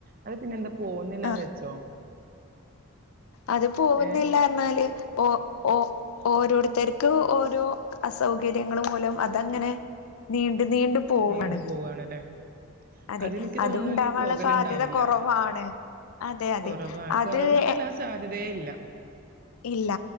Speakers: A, on the right; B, on the left.
A: അത് പിന്നെന്താ പോവുന്നില്ലാന്ന്
B: ആഹ്
A: വെച്ചോ?
B: അത് പോവുന്നില്ലാർഞാല്
A: ഏഹ്
B: ഓ ഓ ഓരോര്ത്തര്ക്ക് ഓരോ അസൗകര്യങ്ങള് മൂലം അതങ്ങനെ നീണ്ട് നീണ്ട് പോവാണ്
A: നീണ്ടു പോവ്വാണ്ലേ
B: അതെ
A: അതെനിക്ക്
B: അതുണ്ടാവാനുള്ള
A: തോൻന്നു ഇനി പോകല്ണ്ടാവില്ല.
B: സാധ്യത കുറവാണ് അതെ അതെ
A: കോറവാണ്
B: അത്
A: കോറവ് ന്നല്ല സാധ്യതെ ഇല്ലാ.
B: ഇല്ല